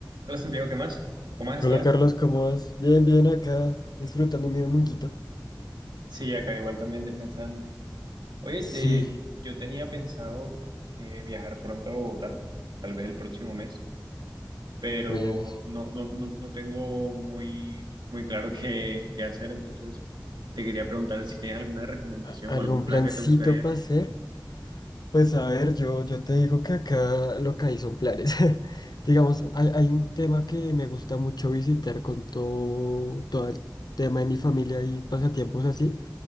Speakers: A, on the right; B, on the left.
A: Hola Santiago, ¿qué más? ¿Cómo has
B: Hola
A: estado?
B: Carlos, ¿cómo vas? Bien, bien acá, disfrutando mi dominguito.
A: Sí, acá igual también descansando. Oye,
B: Sí,
A: eh, yo tenía pensado eh, viajar pronto a Bogotá, tal vez el próximo mes, pero
B: oye,
A: no, no, no, no tengo muy, muy claro <laughs> qué, qué hacer, entonces te quería preguntar si tienes alguna recomendación
B: ¿A- ¿Algún
A: o algún plan
B: plancito
A: que te gustaría.
B: para hacer? Pues a ver, yo, yo te digo que acá lo que hay son planes. <laughs> Digamos, hay, hay un tema que me gusta mucho visitar con todo, todo el tema de mi familia y pasatiempos así,